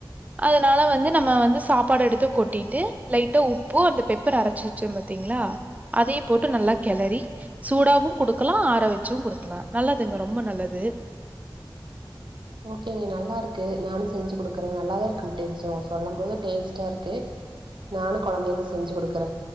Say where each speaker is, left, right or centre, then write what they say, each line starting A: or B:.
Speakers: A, on the right (about 15°); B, on the right (about 65°).
A: அதனால வந்து நம்ம வந்து சாப்பாடு எடுத்து கொட்டிட்டு லைட்டா உப்பு அந்த பெப்பர் அரச்சி சோம் பாத்தீங்ளா அதையு போட்டு நல்லா கெளறி சூடாவு குடுக்கலா ஆற வச்சு குடுக்லா நல்லதுங்க ரொம்ப நல்லது
B: ஓகேங்க நல்லா இருக்கு நானு செஞ்சு குடுக்கறங்க நல்லாதா இருக்கும் டேஸ்ட் அவுங்க சொல்லும் போது டேஸ்ட்டா இருக்கு நானு கொழந்தைகளுக் செஞ்சு குடுக்கறே